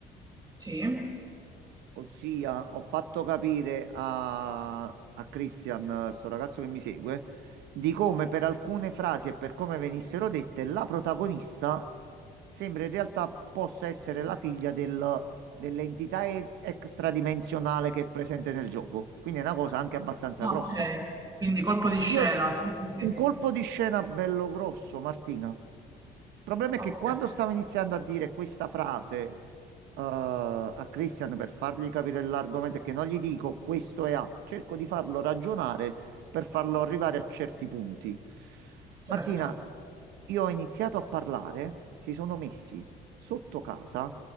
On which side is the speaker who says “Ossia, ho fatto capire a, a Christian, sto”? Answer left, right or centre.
Right